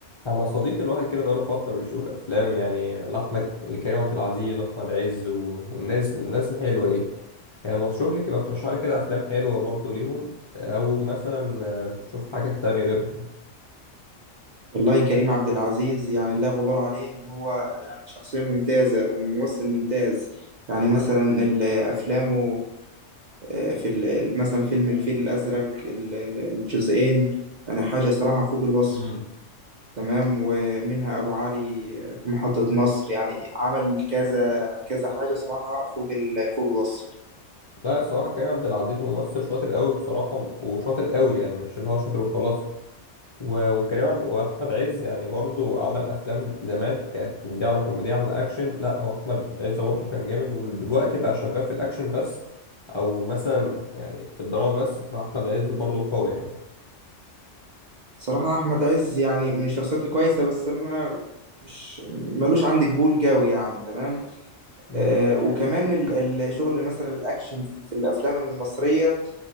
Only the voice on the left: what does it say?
انا صديقي الواحد كده بقاله فتره بيشوف افلام يعني لاحمد لكريم عبد العزيز واحمد عز و- والناس الناس الحلوه دي يعني ما تشوف لي كده ترشح لي كده افلام حلوه برضو ليهم او مثلا آه، تشوف حاجات تانية غيرهم
امم
لا الصراحه كريم عبد العزيز ممثل شاطر قوي بصراحه وشاطر قوي يعني مش اللي هو شاطر وخلاص و- وكريم عبد واحمد عز يعني برضو عمل افلام زمان كانت من دي على كوميديا على اكشن لا هو احمد عز برضو كان جامد ودلوقتي بقى شغال في الاكشن بس او مثلا يعني في الدراما بس فاحمد عز برضو قوي يعني
امم